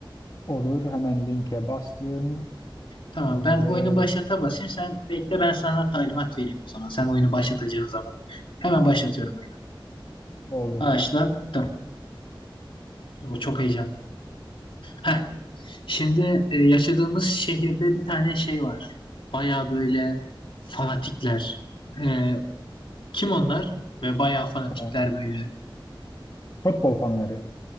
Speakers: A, on the left; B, on the left.
A: Olur. Hemen linke bastım
B: Tamam
A: ve
B: ben oyunu başlata basayım. Sen bekle ben sana talimat vereyim o zaman. Sen oyunu başlatacağın zaman. Hemen başlatıyorum oyunu.
A: oldu.
B: Başlattım. O çok heyecanlı. Heh. Şimdi e, yaşadığımız şehirde bir tane şey var. Baya böyle fanatikler. E, kim onlar? Ve baya fanatikler
A: Ee,
B: böyle.
A: futbol fanları.